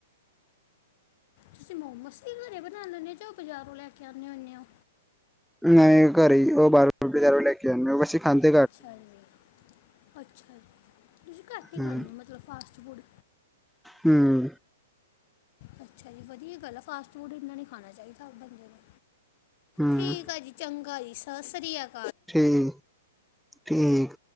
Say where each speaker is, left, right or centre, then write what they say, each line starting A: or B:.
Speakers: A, on the left (about 45°); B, in the centre.
A: ਤੁਸੀ ਮੋਮੋਸ ਵੀ ਘਰੇ ਬਣਾਉਦੇ ਹੁੰਦੇਹੋ ਜਾਂ ਬਜ਼ਾਰੋ ਲੈ ਕੇ ਆਉਣੇ ਹੁੰਦੇ ਹੋ।
B: ਨਹੀ ਘਰੇ ਹੀ ਵਾਲਪੇਪਰ ਬਜਾਰੋ ਲੈ ਕੇ। ਮੋਮੋਸ ਅਸੀ ਖਾਦੇ
A: ਅੱਛਾ ਜੀ ਅੱਛਾ ਜੀ ਤੁਸੀ ਘਟ ਹੀ
B: ਹੂੰ
A: ਖਾਂਦੇ ਹੋ ਮਤਲਬ ਫਾਸਟ ਫੂਡ
B: ਹੂੰ।
A: ਅੱਛਾ ਜੀ ਵਧੀਆ ਗੱਲ ਆ, ਫਾਸਟ ਫੂਡ ਇੰਨਾ ਨਹੀ ਖਾਣਾ ਚਾਹੀਦਾ ਬੰਦੇ ਨੂੰ
B: ਹੂੰ
A: ਠੀਕ ਆ ਜੀ। ਚੰਗਾ ਜੀ ਸਾਸ੍ਰੀਆ
B: ਠੀਕ, ਠੀਕ।